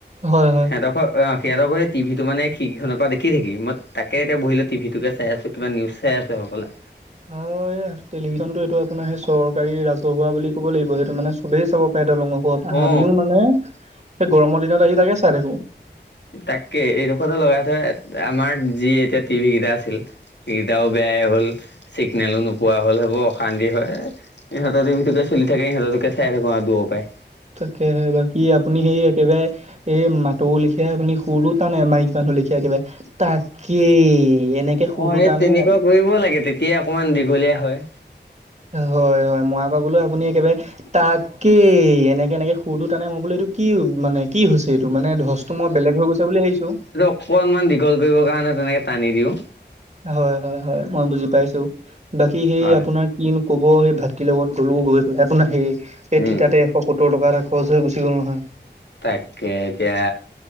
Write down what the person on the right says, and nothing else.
হয় হয়।
হয় টেলিভিশন টো এইটো আপোনাৰ সেই চৰকাৰী ৰাজহুৱা বুলি ক'ব লাগিব। সেইটো মানে চবেই চাব পাই দলং ওপৰত,
আমিও মানে সেই গৰমৰ দিনত আহি তাকে চাই থাকো।
তাকেহে বাকী আপুনি সেই একেবাৰে এই মাতৌ লিখিয়া আপুনি সুৰটো টানে, মাইকী মানুহৰ লিখিয়া একেবাৰে। তাকেই এনেকে সুৰটো
তানে
অ।
হয় হয় মৰা পাবলৈ আপুনি একেবাৰে তাকে এনেকে এনেকে সুৰটো টানে মই বোলো এইটো কি মানে কি হৈছে এইটো মানে ধচটো মই বেলেগ হৈ গৈছে বুলি ভাবিছোঁ।
হয় হয় হয় মই বুজি পাইছো বাকী সেই
আপোনাৰ কিন ক'ব সেই ভাতটিৰ লগত গ'লো গৈ পেলাই আপোনাৰ সেই এই
থিতাতে এশ সত্তৰ টকা এটা সহজ হৈ গুচি গ'ল নহয়।